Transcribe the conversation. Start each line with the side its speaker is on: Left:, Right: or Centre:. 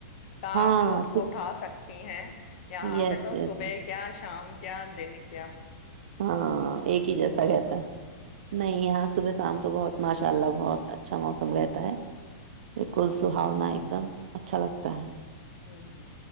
Left: کاپ
Right: ہاں
Left: لطف اٹھا سکتی ہیں یہاں
Right: یس
Left: پہ تو
Right: یس
Left: صبح کیا شام کیا دین کیا
Right: ہاں ایک ہی جیسا رہتا نہیں یہاں صبح سے شام تو بہت ماشاء اللہ بہت اچھا موسم رہتا ہے بالکل سہاونا ایک دم اچھا لگتا ہے
Left: ہوں ہ